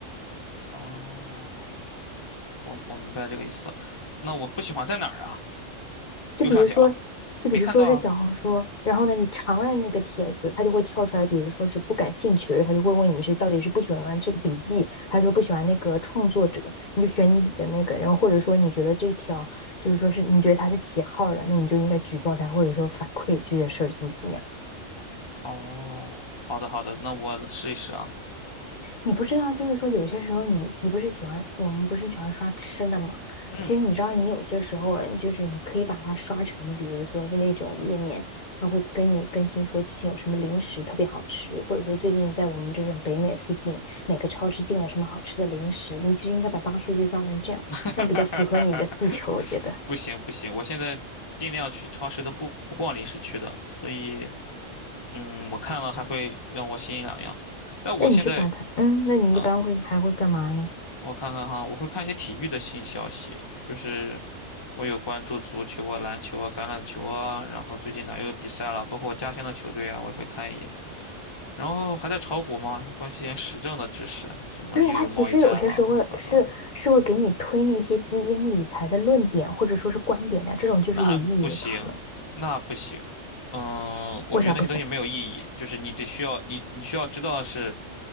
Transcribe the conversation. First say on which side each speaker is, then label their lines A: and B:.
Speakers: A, on the left; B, on the left.
A: 哦。我我明白这个意思了。那我不喜欢在哪儿啊？
B: 就比如说，
A: 右上角，
B: 就比如说是小红书，
A: 没看到啊。
B: 然后呢，你长按那个帖子，它就会跳出来，比如说是不感兴趣，他就会问你是到底是不喜欢这个笔记，还是说不喜欢那个创作者，你就选你的那个，然后或者说你觉得这条就是说是你觉得他是起号儿的，那你就应该举报他，或者说反馈这件事儿怎么怎么样。
A: 哦，好的好的，那我试一试啊。
B: 你不知道，就是说有些时候你你不是喜欢我们不是喜欢刷吃的吗？
A: 嗯，
B: 其实你知道，你有些时候哎，就是你可以把它刷成，比如说就那种页面，它会跟你更新说最近有什么零食特别好吃，或者说最近在我们这种北美附近哪个超市进了什么好吃的零食。你其实应该把大数据抓成这样，
A: <laughs>
B: 这样比较符合你的诉求，我觉得。
A: 不行不行，我现在尽量去超市都不不逛零食区的，所以嗯，我看了还会让我心痒痒。但我现在
B: 那你就把它，嗯，那你一般会还会干嘛呢？
A: 嗯，我看看哈，我会看一些体育的新消息，就是我有关注足球啊、篮球啊、橄榄球啊，然后最近哪又有比赛了，包括我家乡的球队啊，我也会看一眼。然后还在炒股吗？关心点时政的知识，什么又有贸易战了，
B: 对呀，他其实有些时候是是会给你推那些基金理财的论点或者说是观点的，
A: 乱七八糟的，
B: 这种就是有意义的讨论。
A: 那不行，那不行。嗯，我觉得那些东西没有意义，
B: 为啥不想？
A: 就是你得需要你你需要知道的是